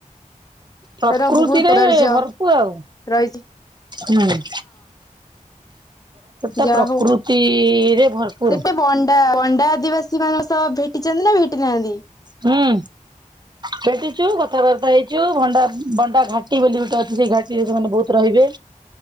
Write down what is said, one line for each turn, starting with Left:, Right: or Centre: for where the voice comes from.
Right: ପ୍ରକୃତିରେ
Left: ତାର ବହୁତ ସୌନ୍ଦର୍ଯ୍ୟ
Right: ଭରପୁ ଆଉ
Left: ରହିଛି
Right: ହୁଁ <inaudible> ଟା
Left: ଯା
Right: ପ୍ରକୃତିରେ
Left: ହଉ
Right: ଭରପୁର
Left: ସେଟେ ବଣ୍ଡା ବଣ୍ଡା ଆଦିବାସୀ ମାନଙ୍କ ସହ ଭ ଭେଟିଛନ୍ତି ନା ଭେଟିନାହାନ୍ତି
Right: ହୁଁ ସେଠି କଥାବାର୍ତ୍ତା ହେଇଛୁ ଭଣ୍ଡା ଭଣ୍ଡା ଘାଟି ବୋଲି ଗୋଟେ ଅଛି ସେଇ ଘାଟିରେ ସେମାନେ ବହୁତ ରହିବେ